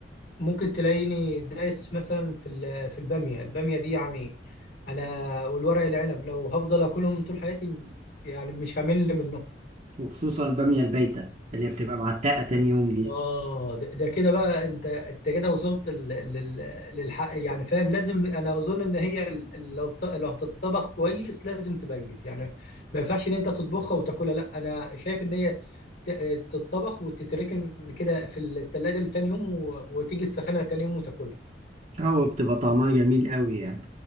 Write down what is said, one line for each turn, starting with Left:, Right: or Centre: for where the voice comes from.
Left: ممكن تلاقيني دايس مثلا في ال- في الباميه الباميه دي يعني انا والورق العنب لو هفضل اكلهم طول حياتي يعني مش همل منهم
Right: وخصوصا البامية البايتة اللي هي بتبقى معتقة تاني يوم دي
Left: اه ده, ده كده بقى انت انت كده وصلت لل- لل- للحق يعني فاهم لازم انا اظن ان هي ال- ال- لو ط- لو هتطبخ كويس لازم تبيت يعني ما ينفعش ان انت تطبخها وتاكلها لا انا شايف ان هي ت- تتطبخ وتتركن كده في التلاجة لتاني يوم و- وتيجي تسخنها تاني يوم وتاكلها
Right: او بتبقى طعمها جميل قوي يعني